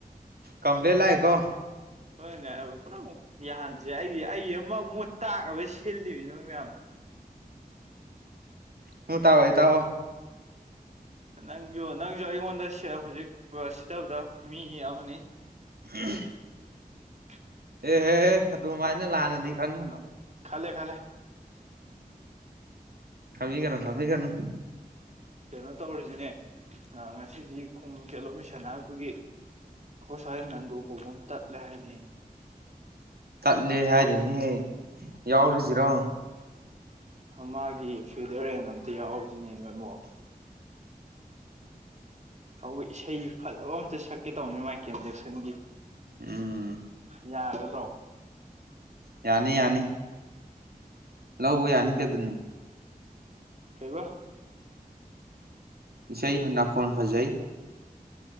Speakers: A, on the right; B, on the right.
A: ꯀꯝꯄ꯭ꯂꯦꯟ ꯂꯑ ꯀꯣ
B: ꯍꯣꯏꯅꯦ ꯄꯨꯝꯅꯃꯛꯨ ꯌꯥꯍꯟꯁꯦ ꯑꯩꯒꯤ ꯑꯩꯒꯤ ꯑꯃ ꯃꯣꯠ ꯇꯥꯛꯕ ꯁꯤꯜꯂꯤꯃꯤꯅꯣ ꯃꯌꯥꯝꯅ
A: ꯍ ꯇꯑꯣꯏ ꯇꯣ
B: ꯅꯪꯁꯨ ꯅꯪꯁꯨ ꯑꯩꯉꯣꯟꯗ ꯍꯧꯖꯤꯛ ꯁꯤꯊꯕꯗ ꯃꯤ ꯑꯃꯅꯤ
A: ꯎꯝ
B: <inaudible>
A: ꯑꯦꯍꯦꯍꯦ ꯑꯗꯨꯃꯥꯏꯅ ꯂꯥꯟꯅꯗꯤ ꯈꯟꯒꯅꯣ
B: ꯈꯂꯦ ꯈꯂꯦ
A: ꯁꯕꯤ ꯀꯅ ꯈꯕꯤ ꯀꯅ
B: ꯀꯩꯅꯣ ꯇꯧꯔꯤꯁꯤꯅꯦ ꯉꯁꯤꯗꯤ ꯈꯣꯡ ꯈꯦꯠꯂꯣ ꯃꯤꯁꯟ ꯍꯥꯏꯕꯗꯨꯒꯤ ꯑꯩꯈꯣꯏ ꯁꯔꯦꯟ ꯅꯟꯗꯨ ꯀꯧꯕꯣꯕꯨꯝ ꯇꯠꯂꯦ ꯍꯥꯏꯅꯤ
A: ꯀꯠꯂꯦ ꯍꯥꯏꯔꯤꯉꯍꯦ ꯌꯥꯎꯔꯨꯁꯤꯔꯣ
B: ꯃꯥꯒꯤ ꯐꯤꯗꯔꯦꯟ ꯑꯝꯇ ꯌꯥꯎꯁꯤꯅꯦ ꯅꯣꯏ ꯏꯃꯣ ꯍ ꯏꯁꯩ ꯐꯖꯕ ꯑꯝꯇ ꯁꯛꯀꯦ ꯇꯧꯕꯅꯤ ꯃꯥꯏꯀꯦꯟꯖꯦꯛꯁꯟꯒꯤ
A: ꯎꯝ
B: ꯌꯥ ꯑꯗꯨꯗ꯭ꯔꯣ
A: ꯌꯥꯅꯤ ꯌꯥꯅꯤ ꯂꯧꯕ ꯌꯥꯅꯤꯒꯦ ꯑꯗꯨꯅꯤ
B: ꯀꯩꯕ
A: ꯏꯁꯩ ꯅꯥꯀꯣꯟ ꯐꯖꯩ